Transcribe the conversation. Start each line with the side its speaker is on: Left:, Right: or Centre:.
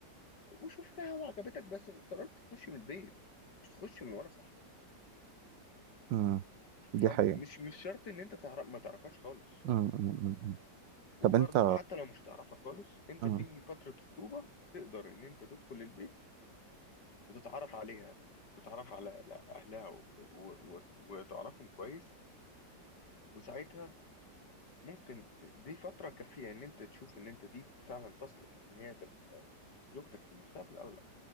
Left: وشفتها وعجبتك بس قررت تخش من البيت مش تخش من ورا صاحبك
Right: امم دي
Left: فمش
Right: حقيقة
Left: مش شرط ان انت تعرف ما تعرفهاش خالص
Right: امم امم أمم.
Left: وبرضه
Right: طب انت
Left: حتى لو مش تعرفها خالص انت
Right: امم
Left: في فترة خطوبة تقدر ان انت تدخل البيت وتتعرف عليها وتتعرف على على اهلها و... و... و... وتعرفهم كويس وساعتها ممكن دي فترة كافية ان انت تشوف ان انت دي فعلا تصلح ان هي تبقى زوجتك في المستقبل او لا